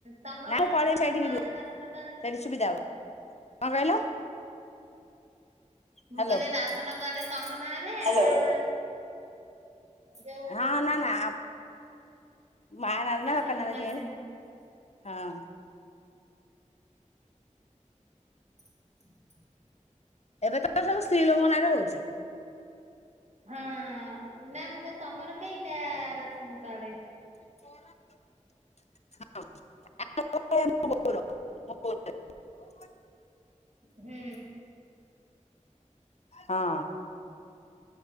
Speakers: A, on the right; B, on the left.
A: ତମର
B: ନା ମୁଁ ପଳେଇବି ସେଇଠିକି
A: ନାଁରେ
B: ରୁହ,
A: ରାସନ କାର୍ଡ
B: ସେଇଠି ସୁବିଧା ହବ। କଣ କହିଲ? ହ୍ୟାଲୋ
A: ମୁଁ କହିଲି ରାସନ୍ କାର୍ଡ ତମ ନାଁରେ? ନା ଯୋଉ
B: ହଁ ନା ନା ମା ନାଁରେ ନା
A: ଆସିନି
B: ବାପା ନାଁରେ କେଜାଣି
A: ଆସିନି।
B: ହଁ।
A: <inaudible>
B: ଏବେ ତ ସବୁ ସ୍ତ୍ରୀଲୋକଙ୍କ ନାଁରେ ହଉଚି।
A: ହଁ ନା ମୁଁ କହିଲି ତମର କେଇଟା ରାସନ୍ କାର୍ଡ?
B: <unintelligible> <unintelligible>
A: ହୁଁ।
B: ହଁ।